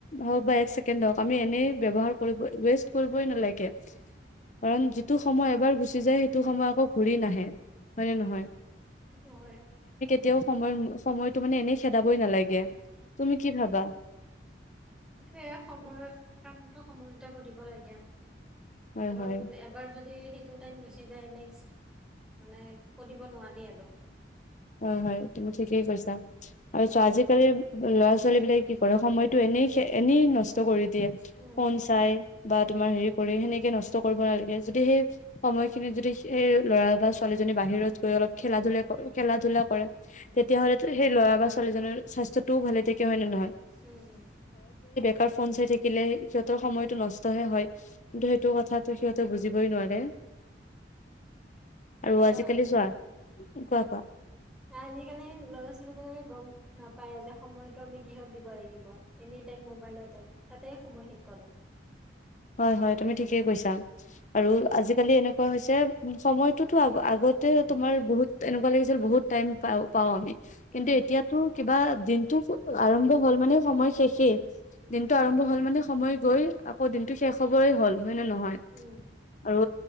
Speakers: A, on the left; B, in the centre.
A: হওক বা এক ছেকেণ্ড হওক আমি এনেই ব্যৱহাৰ কৰিব ৱেষ্ট কৰিবই নালাগে কাৰণ যিটো সময় এবাৰ গুচি যায় সেইটো সময় আকৌ ঘূৰি নাহে হয় নে নহয়
B: সেইটোতো হয়
A: এতিয়াও সময় সময়তটো মানে এনেই খেদাবই নালাগে তুমি কি ভাবা
B: সেইটোয়ে সময়ৰ কামটো <unintelligible> কাৰণ
A: হয় হয়
B: এবাৰ যদি সি সিটো টাইম গুচি যায় নেক্স মানে কৰিব নোৱাৰি আৰু
A: হয় হয় তুমি ঠিকেই কৈছা আৰু
B: উম,
A: ছো আজিকালি ল'ৰা ছোৱালী বিলাকে কি কৰে সময়টো এনেই এনেই নষ্ট কৰি দিয়ে
B: উম,
A: ফোন চাই বা তোমাৰ হেৰি কৰি সেনেকে নষ্ট কৰিব নালাগে যদি সেই সময়খিনিত যদি সেই ল'ৰা বা ছোৱালী জনী বাহিৰত গৈ অলপ খেল ধূলা কৰে খেলা ধলা কৰে তেতিয়া হ'লেটো সেই ল'ৰা বা ছোৱালীজনীৰ স্বাস্থ্যতোও ভালে থাকে হয় নে নহয়
B: উম উম
A: কাৰ ফোন চাই থাকিলে সিহঁতৰ সময়তটো নষ্ট হে হয় কিন্তু সেইটো কথাটো সিহঁতে বুজিবই নোৱাৰে। আৰু
B: উম।
A: আজিকালি চোৱা কোৱা কোৱা
B: আজিকালি লৰা ছোৱালী বিলাকে গম নাপায় যে সময়টো আমি কিহত দিব লাগিব এনে এনিটাইম মোবাইলতে তাতে সময় শেষ কৰে।
A: <unintelligible> হয় হয় তুমি ঠিকেই কৈছা আৰু আজিকালি এনেকুৱা হৈছে উ সময়তোতো আগত তোমাৰ বহুত এনেকুৱা লাগিছিল বহুত টাইম পা পাও আমি
B: উম,
A: কিন্তু এতিয়াতো কিবা দিনটো আৰম্ভ হ'ল মানে সময় শেষেই দিনটো আৰম্ভ হ'ল মানে সময় গৈ আকৌ দিনটো শেষ হবৰেই হ'ল হয় নে নহয়
B: উম,
A: আৰু